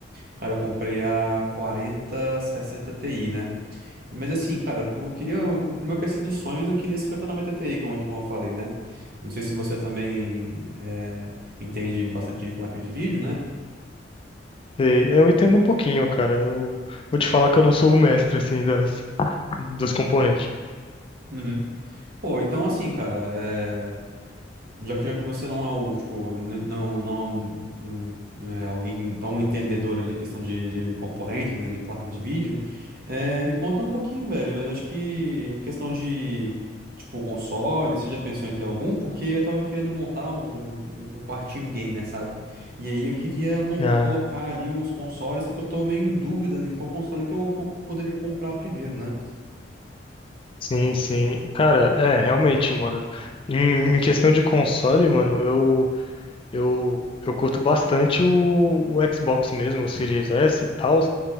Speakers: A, on the right; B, on the left.
A: Cara, eu comprei a 4060 Ti, né? Mas assim, cara, pro, eu queria, pro meu PC dos sonhos, eu queria 5090 Ti, como, como eu falei, né? Não sei se você também é, entende bastante de placa de vídeo, né?
B: Sei, eu entendo um pouquinho, cara. Eu vou te falar que eu não sou o mestre, assim, das, dos componentes.
A: Uhum. Pô, então assim, cara, eh, Já que, já que você não é o, tipo, n- não, não, é um- não, não é alguém tão entendedor ali de questão de, de componente, né, de placa de vídeo, eh, me conta um pouquinho, velho. Eu acho que questão de, tipo, console, você já pensou em ter algum? Porque eu tava querendo montar um, um um quartinho gamer, sabe? E aí eu queria mon-
B: Ah,
A: colocar ali os consoles, só que eu tô meio em dúvida em qual console que eu, que eu poderia comprar primeiro, né?
B: sim, sim. Cara, é, realmente, mano. Em, em questão de console, mano, eu Eu, eu curto bastante o, o Xbox mesmo, o Series S e tal,